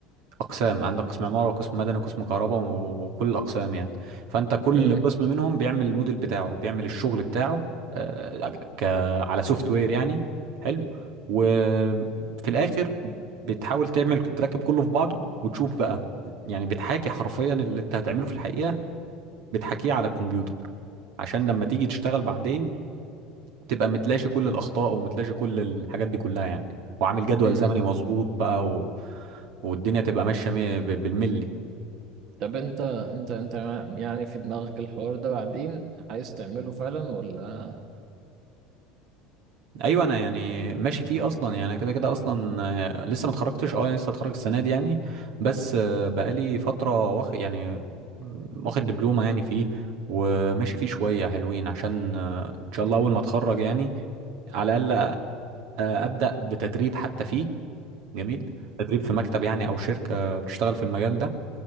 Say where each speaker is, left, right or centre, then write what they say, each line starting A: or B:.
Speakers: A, on the right; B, on the right.
A: اقسام عندك قسم عماره وقسم مدني وقسم كهرباء وكل الاقسام يعني فانت كل
B: امم
A: قسم منهم بيعمل الموديل بتاعه بيعمل الشغل بتاعه آه، ك على سوفت وير يعني حلو وفي الاخر بتحاول تعمل تركب كله في بعضه وتشوف بقى يعني بتحاكي حرفيا اللي انت هتعمله في الحقيقه بتحاكيه على الكمبيوتر عشان لما تيجي تشتغل بعدين تبقى متلاشي كل الاخطاء ومتلاشي كل الحاجات دي كلها يعني وعامل جدول
B: امم
A: زمني مظبوط بقى و... والدنيا تبقى ماشيه مية- بالملي
B: طب انت انت انت يعني في دماغك الحوار ده بعدين عايز تعمله فعلا ولا
A: ايوه انا يعني ماشي فيه اصلا يعني أنا كده كده اصلا آه، لسه ما اتخرجتش اه لسه اتخرج السنه دي يعني بس آه، بقالي فتره واخد يعني واخد دبلومه يعني فيه وماشي فيه شويه حلوين عشان آه، ان شاء الله اول ما اتخرج يعني على الاقل آه، ابدا بتدريب حتى فيه جميل تدريب في مكتب يعني او شركه بتشتغل في المجال ده